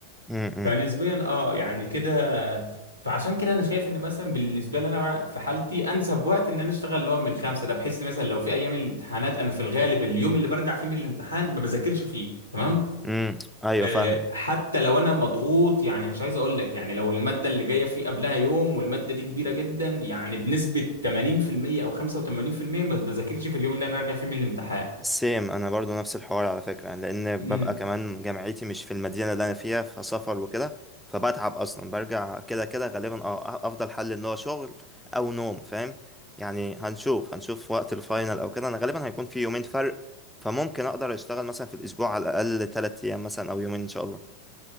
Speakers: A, in the centre; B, on the right.
A: امم
B: فنسبيا اه يعني كده فعشان كده انا شايف ان مثلا بالنسبه لي انا في حالتي انسب وقت ان انا اشتغل اللي هو من خمسه ده بحيث إن مثلا لو في ايام الامتحانات انا في الغالب اليوم اللي برجع فيه من الامتحان ما بذاكرش فيه تمام
A: امم ايوه
B: آه
A: فاهمك
B: حتى لو انا مضغوط يعني مش عايز اقول لك يعني لو الماده اللي جايه فيه قبلها يوم والماده دي كبيره جدا يعني بنسبه 80% او 85% ما بذاكرش في اليوم اللي انا راجع فيه من الامتحان
A: سيم انا برضو نفس الحوار على فكره يعني لان
B: مم.
A: ببقى كمان جامعتي مش في المدينه اللي انا فيها فسفر وكده فبتعب اصلا برجع كده كده غالبا اه أه، افضل حل ان هو شغل او نوم فاهم يعني هنشوف هنشوف وقت الفاينل او كده انا غالبا هيكون في يومين فرق فممكن اقدر اشتغل مثلا في الاسبوع على الاقل 3 ايام مثلا او يومين ان شاء الله